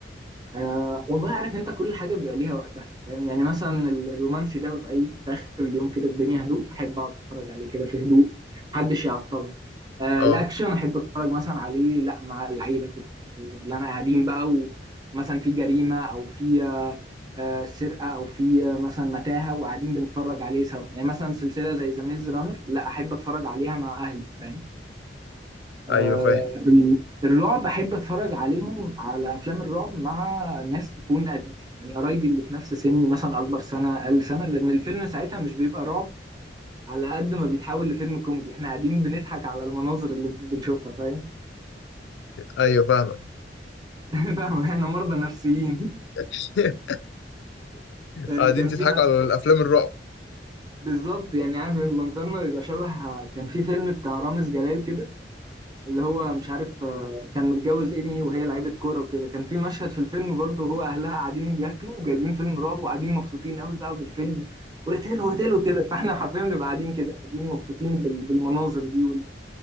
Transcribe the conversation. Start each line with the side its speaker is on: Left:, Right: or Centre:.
Right: آه والله عارف انت كل حاجه بيبقى ليها وقتها فاهم يعني مثلا ال- الرومانسي ده بيبقى ايه في اخر اليوم كده الدنيا هدوء احب اقعد اتفرج عليه كده في هدوء محدش يعطل آه
Left: اه
Right: الاكشن احب اتفرج مثلا عليه لا مع العيله كده اللي انا قاعدين بقى ومثلا في جريمه او في آه آه، سرقه او في آه مثلا متاهه وقاعدين بنتفرج عليه سوا يعني مثلا سلسله زي ذا ميز رانر لا احب اتفرج عليها مع اهلي فاهم آه،
Left: ايوه فاهم
Right: ال- الرعب احب اتفرج عليهم على افلام الرعب مع ناس تكون قدي يعني قرايبي اللي في نفس سني مثلا اكبر سنه اقل سنه لان الفيلم ساعتها مش بيبقى رعب على قد ما بيتحول لفيلم كوميدي احنا قاعدين بنضحك على المناظر اللي بنشوفها فاهم
Left: ايوه فاهمك
Right: <laughs> فاهم احنا مرضى نفسيين
Left: <laughs>
Right: <laughs> يعني
Left: قاعدين
Right: كان
Left: تضحكوا
Right: في حد
Left: على الافلام الرعب
Right: بالظبط يعني عارف منظرنا بيبقى شبه كان في فيلم بتاع رامز جلال كده اللي هو مش عارف آه، كان متجوز ايمي وهي لعيبه كوره وكده كان في مشهد في الفيلم برضه هو اهلها قاعدين بياكلوا وجايبين فيلم رعب وقاعدين مبسوطين قوي بقى بالفيلم وقتلوا وقتلوا كده فاحنا حرفيا بنبقى قاعدين كده قاعدين مبسوطين بال- بالمناظر دي وال-